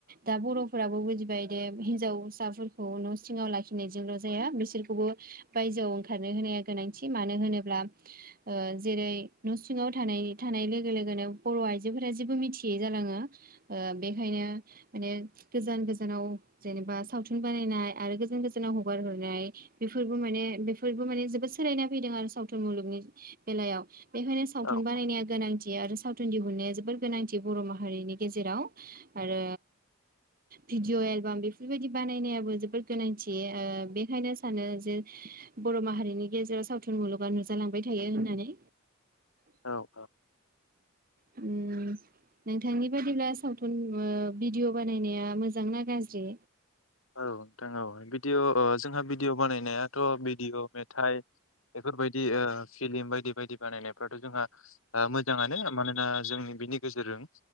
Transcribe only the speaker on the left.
औ औ
औ औ
औ नोंथां औ भिदिअ' ओ जोंहा भिडिअ बानायनायाथ' भिडिअ' मेथाइ बेफोरबायदि ओक्षफिलिम बायदि बायदि बानायनायफ्राथ' जोंहा ओक्षमोजाङानो मानोना जोंनि बिनि गेजेरजों